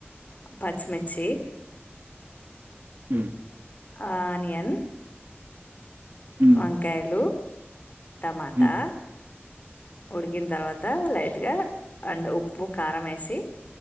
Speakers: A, on the left; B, on the right.
A: పచ్చిమిర్చ్
B: హ
A: ఆనియన్
B: హ్మ్
A: వంకాయలు టమాటా
B: హ్మ్
A: ఉడికిన తర్వాత తర్త లైట్గా అండ్ ఉప్పు కారం వేసి